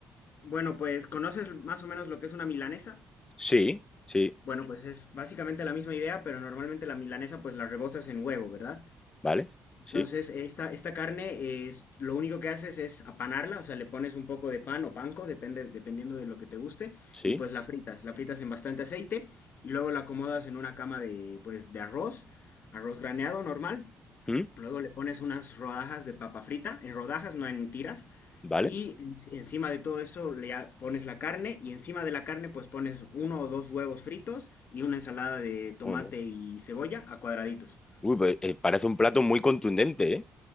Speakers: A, on the left; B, on the left.
A: Bueno, pues ¿conoces más o menos lo que es una milanesa?
B: Sí, sí,
A: Bueno, pues es básicamente la misma idea, pero normalmente la milanesa pues la rebozas en huevo, ¿verdad?
B: vale, sí,
A: Entonces, esta, esta carne es, lo único que haces es apanarla, o sea, le pones un poco de pan o panko, depende, dependiendo de lo que te guste,
B: sí,
A: y pues la fritas, la fritas en bastante aceite, y luego la acomodas en una cama de, pues, de arroz, arroz graneado normal,
B: ¿Mm?
A: luego le pones unas rodajas de papa frita, en rodajas, no en tiras,
B: vale.
A: y en- encima de todo eso le a- pones la carne, y encima de la carne pues pones uno o dos huevos fritos y una ensalada de tomate
B: Oh, no.
A: y cebolla a cuadraditos.
B: Uy, pues, eh, parece un plato muy contundente, ¿eh?